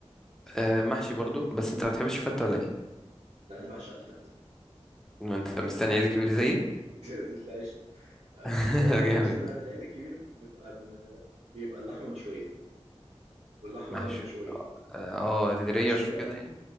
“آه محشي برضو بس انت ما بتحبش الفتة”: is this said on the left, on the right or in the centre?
Centre